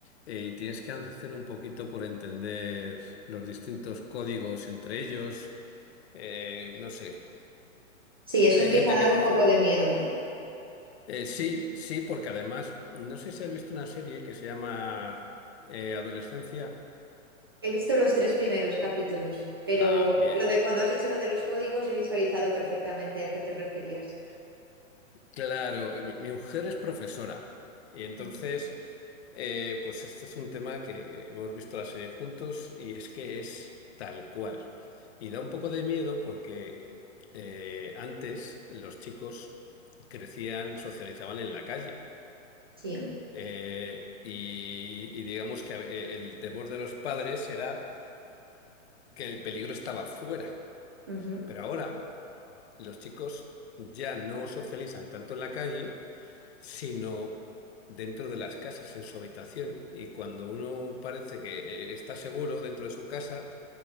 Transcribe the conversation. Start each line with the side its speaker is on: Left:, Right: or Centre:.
Left: eh, y tienes que hacer un poquito por entender los distintos códigos entre ellos. eh, no sé,
Right: Sí,
Left: hay
Right: eso empieza
Left: gente
Right: a
Left: que
Right: dar
Left: dice,
Right: un poco de miedo, ¿eh?
Left: eh, sí, sí, porque además, no sé si has visto una serie que se llama eh, Adolescencia.
Right: He visto los tres primeros capítulos, pero
Left: Ah, bien.
Right: lo de cuando has dicho lo de los códigos he visualizado perfectamente a qué te referías.
Left: Claro, eh, mi, mi mujer es profesora y entonces,
Right: Ujú.
Left: eh, pues este es un tema que hemos visto la serie juntos y es que es tal cual. Y da un poco de miedo porque eh, antes los chicos crecían, socializaban en la calle.
Right: Sí,
Left: Eh, y, y digamos que eh, el temor de los padres era que el peligro estaba fuera.
Right: ujú,
Left: Pero ahora... los chicos ya no socializan tanto en la calle, sino dentro de las casas, en su habitación. Y cuando uno parece que eh, está seguro dentro de su casa